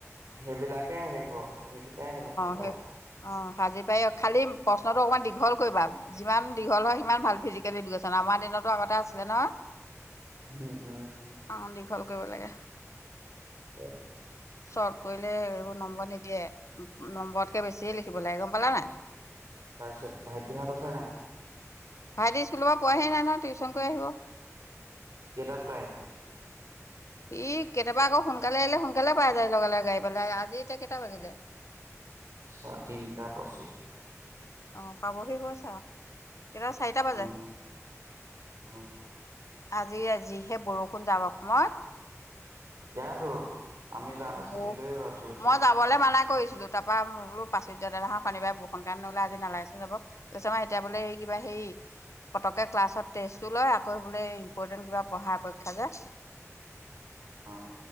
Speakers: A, on the right; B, on the left.
A: সেইবিলাকে আহিব, সেইকেইটাই আহিব খেলত।
B: উম অ'। ভাজি পাৰি খালি প্ৰশ্নটো অকণমান দীঘল কৰিবা যিমান দীঘল হয় সিমান ভাল ফিজিকেল এডুকেছন আমাৰ দিনতো আগতে আছিলে নহয়।
A: উম উম।
B: অ' দীঘল কৰিব লাগে।
A: এ
B: চব কৰিলে এইবোৰ নম্বৰ নিদিয়ে। নম্বৰতকে বেছিয়ে লিখিব লাগে গম পালা না।
A: পাইছোঁ, ভাইটিহঁত আছে নাই?
B: ভাইটি স্কুলৰ পা পোৱাহি নাই নহয় টিউশচন কৰি আহিব।
A: কেইটাত পাই আহি?
B: সি কেতিয়াবা আকৌ সোনকালে আহিলে সোনকালে পাই যায় লগাল লগে গাড়ী পেলাই আজি এতিয়া কেইটা বাজিলে
A: ছ তিনিটা পঁচিছ।
B: অহ পাবহি হৈছে। কেতিয়াবা চাৰিটা বাজে।
A: অ অ অ
B: আজি আজিহে বৰষুণ যাম সমইট।
A: ইয়াতো আমি যাওঁতে
B: ব
A: ছাতি লৈয়ে গৈ আছো গৈছো।
B: মই যাবলৈ মানা কৰিছিলো তাৰ পা মই বোলো প্ৰাচুৰ্য দাদা হ শনিবাৰে বৰষূণ কান নলে আজি নালাইছোন যাব, কৈছে অ' এতিয়া বোলে কিবা হে পতকে ক্লাছত টেষ্টটো লয় আকৌ বোলে ইম্পৰ্টেণ্ট কিবা পঢ়া পৰীক্ষা যে।
A: অ'।